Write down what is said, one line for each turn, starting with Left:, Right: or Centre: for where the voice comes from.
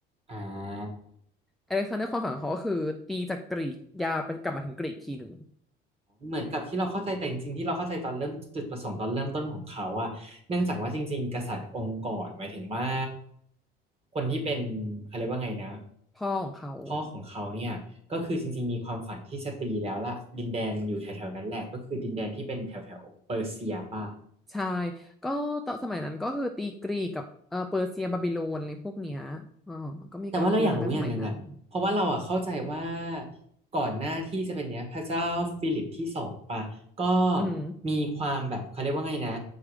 Right: อ่า
Centre: อเล็กซานเดอร์ความฝันของเขาก็คือตีจากกรีกยาวเปนกลับมาถึงกรีกทีหนึ่ง
Right: เหมือนกับที่เราเข้าใจแต่จริงๆที่เราเข้าใจตอนเริ่มจุดประสงค์ตอนเริ่มต้นของเขาอะเนื่องจากว่าจริงๆกษัตริย์องค์ก่อนหมายถึงว่าคนที่เป็นเขาเรียกว่าไงนะ
Centre: พ่อของเขา
Right: พ่อของเขาเนี่ยก็คือจริงๆมีความฝันที่จะตีแล้วล่ะดินแดนอยู่แถวๆนั้นแหละก็คือดินแดนที่เป็นแถวๆเปอร์เซียป่ะ
Centre: ใช่ ก็ตอนสมัยนั้นก็คือตีกรีกกับเออเปอร์เซียบาบิโลนอะไรพวกเนี้ยอ๋อก็มีการตีมาตั้งสมัยนั้น
Right: แต่ว่าเราอยากรู้อย่างหนึ่งอ่ะเพราะว่าเราอ่ะเข้าใจว่าก่อนหน้าที่จะเป็นเนี้ยพระเจ้าฟิลิปที่สองปะก็
Centre: อืม
Right: มีความแบบเขาเรียกว่าไงนะ